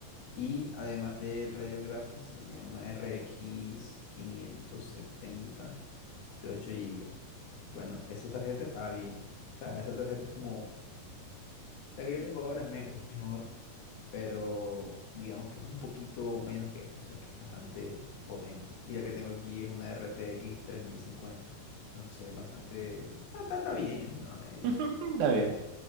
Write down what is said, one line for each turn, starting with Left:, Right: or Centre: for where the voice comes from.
Left: y además del Radeon Graphics tenía una RX setenta de 8 gigas. Bueno, esa tarjeta estaba bien. O sea, esa tarjeta es como, la que yo tengo ahora es, me- es mejor, pero digamos que es un poquito menos que esta, o sea que es bastante potente. Y la que tengo aquí es una RTX cincuenta, entonces es bastante, está, está- está bien, nada media.
Right: <laughs> Está bien.